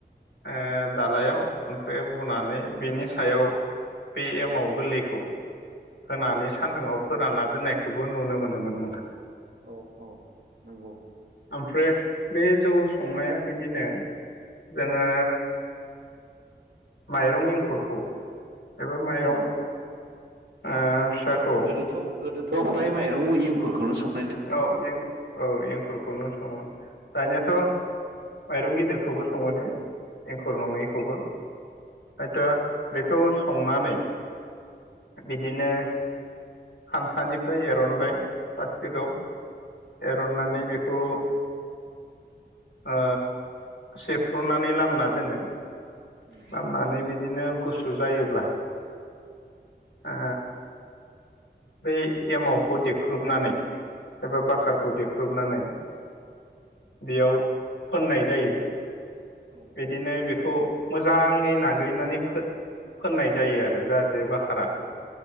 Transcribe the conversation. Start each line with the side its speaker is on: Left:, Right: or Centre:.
Left: ओ दालायाव
Right: औ
Left: ओमफ्राय बनानै बिनि सायाव बे एमाव गोरलैखौ होनानै सान्दुङाव फोरानना दोननायखौबो नुनो मोनोमोन नोंथां।
Right: औ औ नोंगौ
Left: ओमफ्राय बे जौ संनाया बिदिनो जोङो माइरं एंखुरखौ एबा माइरं
Right: औ
Left: ओ फिसाखौ
Right: गोदोथ' गोदोथ' फ्राय माइरं इंखुरखौनो सं
Left: औ जों औ एंखुरखौनो सङो दानियाथ' माइरं गिदिरखौबो सङो दे एंखुर नङैखौबो
Right: औ
Left: हयथ' बेखौ संनानै बिदिनो खान्थानिफ्राय एरनबाय जेगाव एरननानै
Right: उम
Left: बेखौ ओ सेफ्रुनानै लामना दोनो
Right: उम
Left: खालामनानै बिदिनो गुसु जायोब्ला ओ बै एमावखौ देख्रुबनानै एबा
Right: औ
Left: बाखारखौ देख्रुबनानै
Right: <inaudible>
Left: बेयाव फोननाय जायो
Right: औ
Left: बिदिनो बेखौ मोजाङै नाग्लिनानै फो फोननाय जायो आरो जाहाथे बाखारा
Right: औ